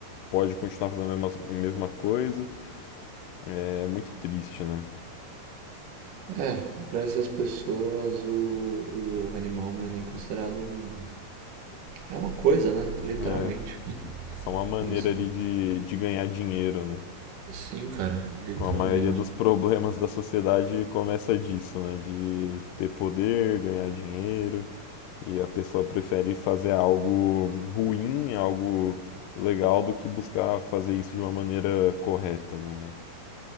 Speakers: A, on the left; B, on the right.
A: pode continuar fazendo a mesma, a mesma coisa. É muito triste, né?
B: É, pra essas pessoas o, o animal não é nem considerado um. É uma coisa, né? Literalmente.
A: É
B: <laughs>
A: só uma maneira
B: Isso,
A: ali
B: né?
A: de, de ganhar dinheiro, né?
B: Sim, cara, literalmente.
A: Com a maioria dos problemas da sociedade começa disso, né? De ter poder, ganhar dinheiro, e a pessoa prefere fazer algo ruim, algo legal do que buscar fazer isso de uma maneira correta, né?